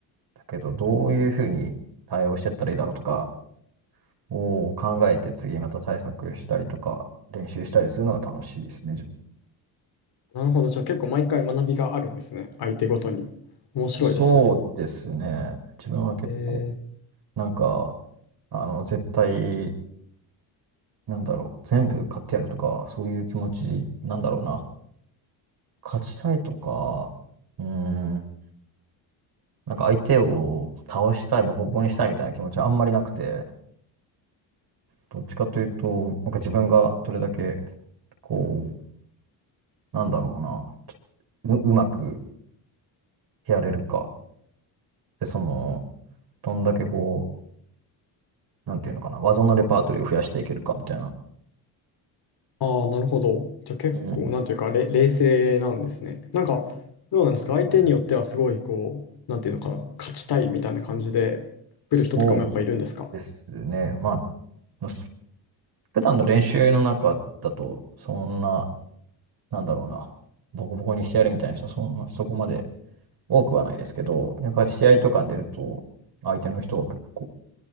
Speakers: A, on the right; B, on the left.
A: だけど、どういうふうに対応してったらいいだろうとかを考えて次また対策したりとか練習したりするのが楽しいですね、自分。
B: なるほど。じゃあ結構毎回学びがあるんですね。相手ごとに。面白いですね。
A: そうですね。自分は結構、
B: えー
A: なんか、あの、絶対、なんだろう、全部勝ってやるとか、そういう気持ちなんだろうな。勝ちたいとか、うーん、なんか相手を倒したい、ボコボコにしたいみたいな気持ちはあんまりなくて、どっちかというと、なんか自分がどれだけ、こう、なんだろうな、ちょう、うまくやれるか。で、その、どんだけこう、なんていうのかな、技のレパートリーを増やしていけるかみたいな。
B: ああ、なるほど。じゃあ結構、
A: うん。
B: なんていうか、れ、冷静なんですね。なんか、どうなんですか相手によってはすごい、
A: うん
B: こう、なんていうのかな、勝ちたいみたいな感じで来る人とかもやっぱいるんですか
A: そうですね。まあ、す普段の練習の中だと、そんな、なんだろうな、ボコボコにしてやるみたいな人、そんな、そこまで多くはないですけど、やっぱり試合とかに出ると、相手の人は結構、